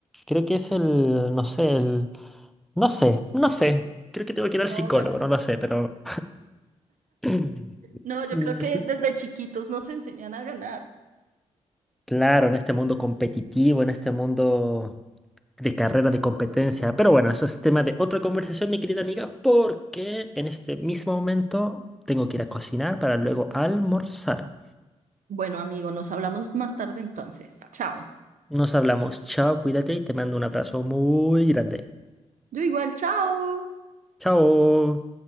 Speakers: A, in the centre; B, on the right.
A: Creo que es el, no sé, el... No sé, no sé. Creo que tengo que ir al
B: No,
A: psicólogo,
B: gan-
A: no lo sé, pero... <laughs>
B: no,
A: Sí,
B: yo creo que desde chiquitos nos enseñan a ganar.
A: Claro, en este mundo competitivo, en este mundo de carrera de competencia. Pero bueno, eso es tema de otra conversación, mi querida amiga, porque en este mismo momento tengo que ir a cocinar para luego almorzar.
B: Bueno, amigo, nos hablamos más tarde entonces. Chao.
A: Nos hablamos, chao, cuídate y te mando un abrazo muy grande.
B: Yo igual, chao.
A: Chao.